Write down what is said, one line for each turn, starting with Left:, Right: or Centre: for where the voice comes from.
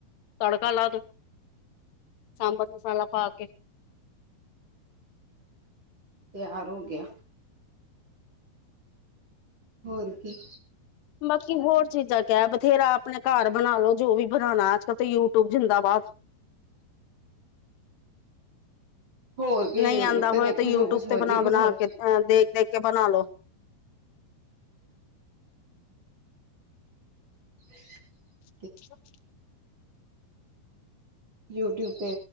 Left: ਤੜਕਾ ਲਾ ਦੋ, ਸਾਂਭਰ ਮਸਾਲਾ ਪਾ ਕੇ।
Right: ਤਿਆਰ ਹੋ ਗਿਆ। ਹੋਰ ਕੀ।
Left: ਬਾਕੀ ਹੋਰ ਚੀਜਾਂ ਕਯਾ ਹੈ? ਬਥੇਰਾ, ਆਪਣੇ ਕਾਰ ਬਣਾ ਲੋ, ਜੋ ਵੀ ਬਣਾਉਣਾ, ਅਜ ਕਲ ਤੇ ਯੂ ਟਿਊਬ ਜਿੰਦਾਬਾਦ।
Right: ਹੋਰ ਕੀ
Left: ਨਈ
Right: ਯੂਟਿਊਬ
Left: ਆਂਦਾ ਹੋਇਆ
Right: ਦੇਖੋ
Left: ਤੇ ਯੂ
Right: ਜੋ ਕੁਛ
Left: ਟੂਬ
Right: ਮਰਜ਼ੀ
Left: ਤੇ ਬਣਾ-ਬਣਾ
Right: ਬਣਾਓ
Left: ਕੇ, ਅਹ ਦੇਖ-ਦੇਖ ਕੇ ਬਣਾ ਲੋ।
Right: <inaudible>
Left: <inaudible>
Right: ਯੂ ਟਿਊਬ ਤੇ,